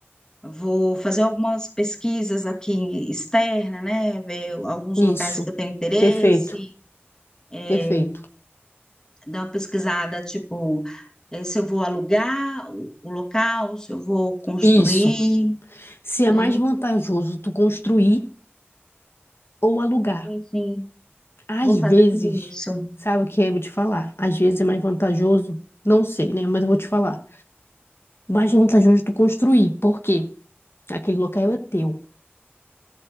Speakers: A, on the left; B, on the left.
A: vou fazer algumas pesquisas aqui externa, né? Ver alguns
B: isso.
A: locais que eu tenho interesse,
B: Perfeito,
A: é,
B: perfeito.
A: dar uma pesquisada, tipo, eh, se eu vou alugar o, o local, se eu vou construir,
B: Isso. Se é
A: né?
B: mais vantajoso tu construir ou alugar.
A: Enfim,
B: Às
A: vou
B: vezes,
A: fazer tudo isso.
B: sabe o que eu vou te falar? Às vezes é mais vantajoso, não sei, né? Mas eu vou te falar. Mais vantajoso tu construir. Por quê? Aquele local é teu.